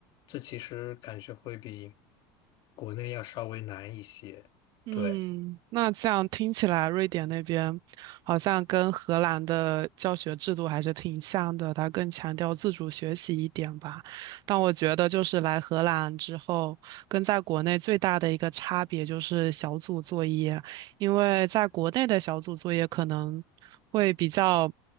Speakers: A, on the left (about 45°); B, on the right (about 40°).
A: 这其实感觉会比国内要稍微难一些。
B: 嗯，
A: 对。
B: 那这样听起来，瑞典那边好像跟荷兰的教学制度还是挺像的，它更强调自主学习一点吧。但我觉得，就是来荷兰之后，跟在国内最大的一个差别就是小组作业，因为在国内的小组作业可能会比较